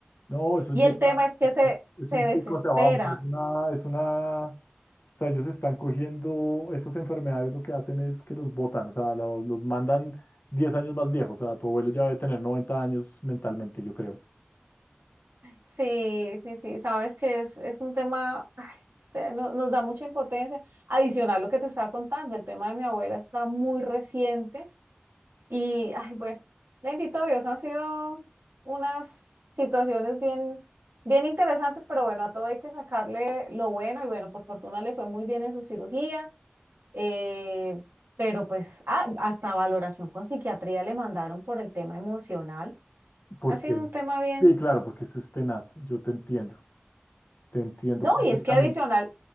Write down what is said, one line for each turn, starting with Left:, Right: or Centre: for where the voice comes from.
Left: No, eso
Right: Y
Left: llega,
Right: el tema es que se,
Left: es
Right: se
Left: un
Right: desespera.
Left: pico hacia abajo, o sea, es una, es una, o sea, ellos están cogiendo estas enfermedades, lo que hacen es que los botan, o sea, lo- los, mandan 10 años más viejos, o sea, tu abuelo ya debe tener 90 años mentalmente, yo creo.
Right: Sí, sí, sí, sabes que es, es un tema, ay, o sea, no- nos da mucha impotencia. Adicional lo que te estaba contando, el tema de mi abuela está muy reciente Y, ay, bueno, bendito Dios, han sido unas situaciones bien, bien interesantes, pero bueno, a todo hay que sacarle lo bueno y bueno, por fortuna le fue muy bien en su cirugía, eh, pero pues ah, hasta valoración con psiquiatría le mandaron por el tema emocional.
Left: Porque,
Right: Ha sido un tema bien.
Left: sí, claro, porque eso es tenaz, yo te entiendo, te entiendo
Right: No,
Left: perfectamente.
Right: y es que adicional